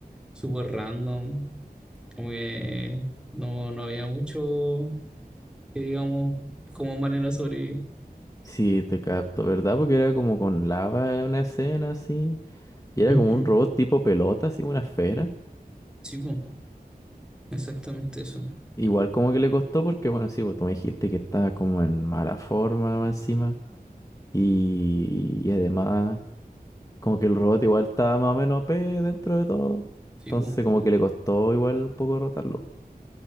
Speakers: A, in the centre; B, on the left.
A: súper random. Como que no, no había mucho que digamos como manera de sobrevivir.
B: Sí, te capto, ¿verdad? Porque era como con lava en una escena, así. Y era
A: Ujú.
B: como un robot tipo pelota, así, una esfera.
A: Sí, po, exactamente eso.
B: Igual como que le costó porque, bueno, sí, pues tú me dijiste que estaba como en mala forma más encima y, y además como que el robot igual estaba más o menos OP dentro de todo.
A: Sí,
B: Entonces
A: po.
B: como que le costó igual un poco rotarlo.